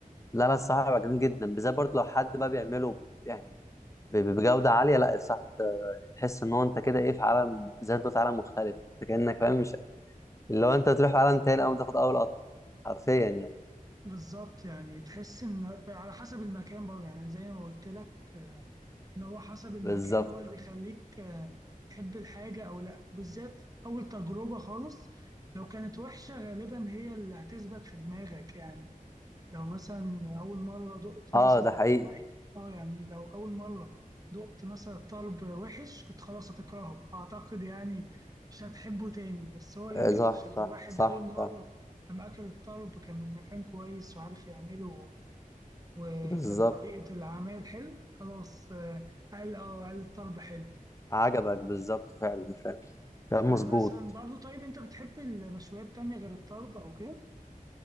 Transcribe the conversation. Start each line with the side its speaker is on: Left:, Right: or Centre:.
Left: لا لا الصراحه بيبقى جميل جدا بالذات برضه لو حد بقى بيعمله يعني ب- ب- بجوده عاليه لا الصراحه انت تحس ان هو انت كده ايه في عالم زي ما انت قلت عالم مختلف انت كانك فاهم مش اللي هو انت تروح عالم تاني اول ما تاخد اول قطمه حرفيا يعني
Right: بالظبط يعني تحس ان على حسب المكان برضه يعني زي ما قلت لك آه، ان هو حسب المكان
Left: بالظبط
Right: هو اللي بيخليك آه، تحب الحاجه او لا بالذات اول تجربه خالص لو كانت وحشه غالبا هي اللي هتثبت في دماغك يعني لو مثلا أول مرة دقت مثلا
Left: اه ده حقيقي
Right: اه يعني لو أول مرة دقت مثلا طرب وحش كنت خلاص هتكرهه أعتقد يعني مش هتحبه تاني بس هو يمكن
Left: آه، صح
Right: عشان الواحد
Left: صح صح
Right: أول مرة
Left: صح
Right: لما أكل الطرب كان من مكان كويس وعارف يعمله وكانت
Left: بالظبط
Right: طريقة العمل حلو خلاص آه، قال اه قال الطرب حلو
Left: عجبك بالظبط فعلا فعلا كلام
Right: فمثلا
Left: مظبوط
Right: برضو طيب أنت بتحب المشويات تانية غير الطرب أو كده؟